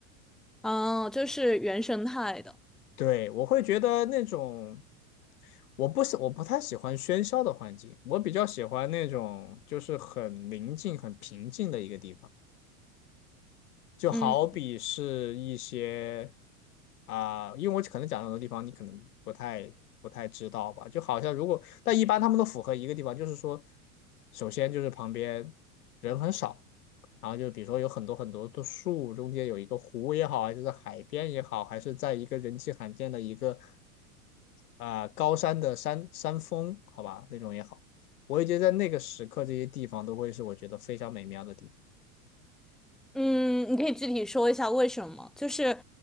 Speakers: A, in the centre; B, on the left.
A: 哦，就是原生态的，
B: 对，我会觉得那种，我不喜，我不太喜欢喧嚣的环境，我比较喜欢那种就是很宁静、很平静的一个地方。就好比是一些
A: 嗯。
B: 啊、因为我可能讲的很多地方你可能不太不太知道吧，就好像如果，但一般他们都符合一个地方，就是说，首先就是旁边人很少。然后就比如说有很多很多的树，中间有一个湖也好，还是在海边也好，还是在一个人迹罕见的一个啊，高山的山山峰，好吧，那种也好。我也觉得在那个时刻，这些地方都会是我觉得非常美妙的地
A: 嗯，你可以具体说一下为什么？就是，